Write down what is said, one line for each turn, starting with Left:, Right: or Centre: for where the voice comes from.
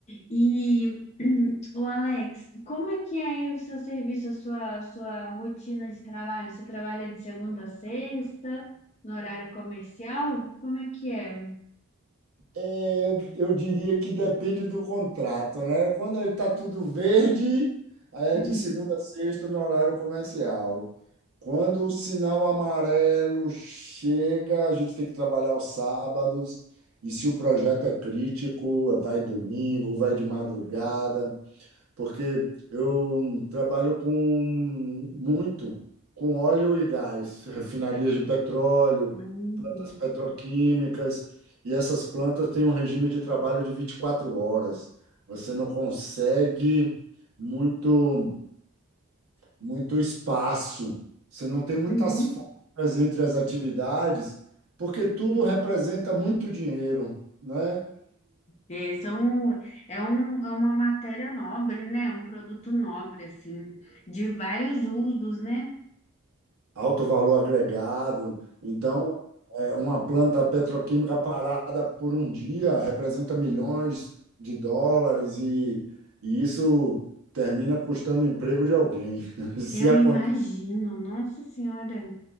Left: E <clears throat> hum, o Alex, como é que é aí o seu serviço, a sua, a sua rotina de trabalho? Você trabalha de segunda a sexta, no horário comercial? Como é que é?
Right: É, eu diria que depende do contrato, né? Quando está tudo verde, aí
Left: Hum.
Right: é de segunda a sexta no horário comercial. Quando o sinal amarelo chega, a gente tem que trabalhar aos sábados. E se o projeto é crítico, vai domingo, vai de madrugada porque eu trabalho com muito com óleo e gás, <laughs> refinarias de petróleo,
Left: Hum.
Right: plantas petroquímicas, e essas plantas têm um regime de trabalho de 24 horas. Você não consegue muito muito espaço, você não tem muitas
Left: Uhum.
Right: folgas entre as atividades, porque tudo representa muito dinheiro, né?
Left: É, é, são, é, um, é uma matéria nobre, né? Um produto nobre, assim, de vários usos, né?
Right: alto valor agregado. Então, é, uma planta petroquímica parada por um dia representa milhões de dólares e, e isso termina custando o emprego de alguém. <laughs> Se
Left: Eu
Right: aconte-
Left: imagino, nossa senhora,